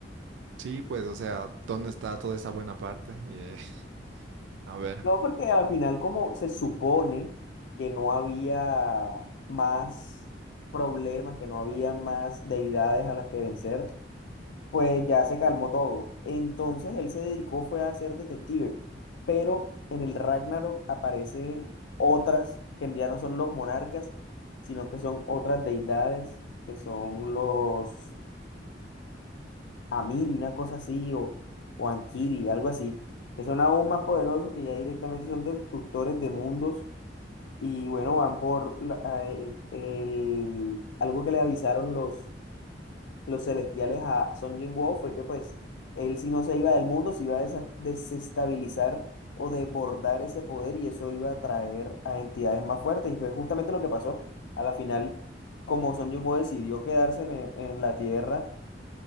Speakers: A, on the right; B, on the left.
A: Sí, pues, o sea, ¿dónde está toda esa buena parte? Y, eh, <laughs> a ver.
B: No, porque al final, como se supone que no había más problemas, que no había más deidades a las que vencer, pues ya se calmó todo. Entonces él se dedicó fue a ser detective, pero en el Ragnarok aparecen otras que ya no son los monarcas, sino que son otras deidades, que son los Amiri, una cosa así, o, o Ankiri, algo así, que son aún más poderosos, que ya directamente son destructores de mundos y bueno, van por la- a- el, el- algo que le avisaron los, los celestiales a Son Jin-woo fue que pues él si no se iba del mundo, se iba a desa- desestabilizar o desbordar ese poder y eso iba a traer a entidades más fuertes. Y fue justamente lo que pasó. A la final, como Son Jin-woo decidió quedarse en, e- en la Tierra,